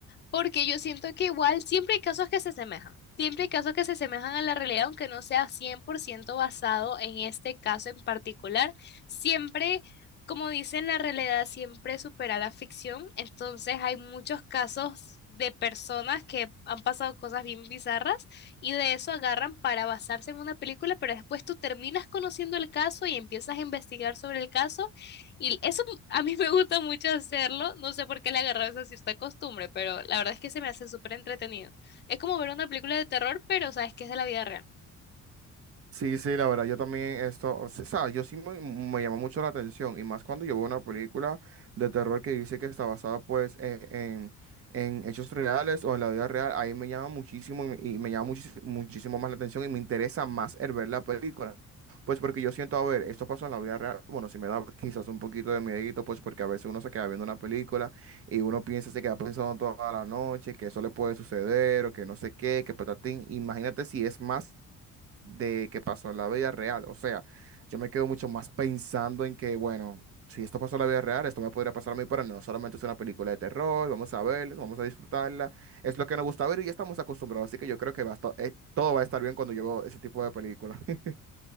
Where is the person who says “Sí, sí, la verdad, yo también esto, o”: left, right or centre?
Right